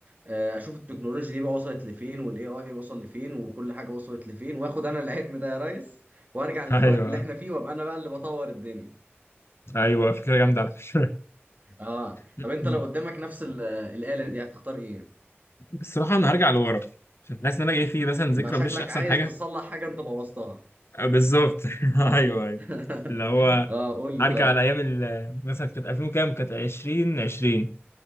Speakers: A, on the right (about 40°); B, on the left (about 65°).
A: آه، أشوف التكنولوجيا دي بقى وصلت لفين وال AI وصل لفين وكل حاجة وصلت لفين وآخد أنا العلم ده يا ريس وأرجع للوقت
B: <laughs> ايوه
A: اللي إحنا فيه وأبقى أنا بقى اللي بطور الدنيا
B: ايوه فكرة جامدة على فكرة
A: اه
B: <laughs>
A: طب انت لو قدامك نفس ال- الآلة دي هتختار ايه؟
B: الصراحة انا هرجع لورا عشان حاسس ان انا جاي فيه مثلا
A: يبقى
B: ذكرى
A: شكلك
B: مش احسن
A: عايز
B: حاجة
A: تصلح حاجة انت بوظتها
B: آه، بالظبط <laughs> ايوه ايوه
A: <laughs>
B: اللي هو
A: اه قول لي
B: ارجع
A: طيب
B: على ايام ال- مثلا كانت 2000 وكام كانت 20 20